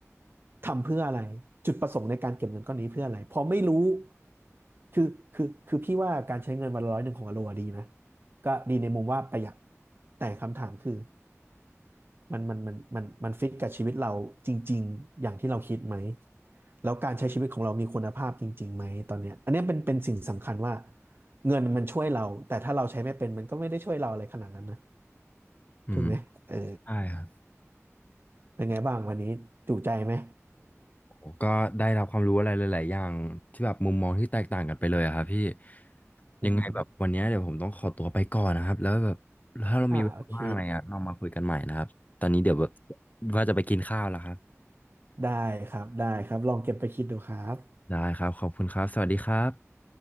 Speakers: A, on the right; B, on the left.
A: ทำเพื่ออะไรจุดประสงค์ในการเก็บเงินก้อนนี้เพื่ออะไรพอไม่รู้คือคือคือพี่ว่าการใช้เงินวันละร้อยหนึ่งของอโลดีนะก็ดีในมุมว่าประหยัดแต่คำถามคือมันมันมันมันมันฟิตกับชีวิตเราจริงๆอย่างที่เราคิดไหมแล้วการใช้ชีวิตของเรามีคุณภาพจริงๆไหมตอนเนี้ยอันเนี้ยเป็นเป็นสิ่งสำคัญว่าเงินมันช่วยเราแต่ถ้าเราใช้ไม่เป็นมันก็ไม่ได้ช่วยเราอะไรขนาดนั้นนะ
B: อืม
A: ถูกไหมเออ
B: ได้ครับ
A: เป็นไงบ้างวันนี้จุใจไหม
B: ผมก็ได้รับความรู้อะไรหลายๆอย่างที่แบบมุมมองที่แตกต่างกันไปเลยอะครับพี่
A: <laughs> อืม
B: ยังไงแบบวันเนี้ยเดี๋ยวผมต้องขอตัวไปก่อนนะครับแล้วแบบถ้าเรามีเวลาว่างอะไรอะเรามาคุยกันใหม่นะครับตอนนี้เดี๋ยวแบบ
A: อ่าโอเค
B: ว่าจะไปกินข้าวแล้วครับ
A: ได้ครับได้ครับลองเก็บไปคิดดูครับ
B: ได้ครับขอบคุณครับสวัสดีครับ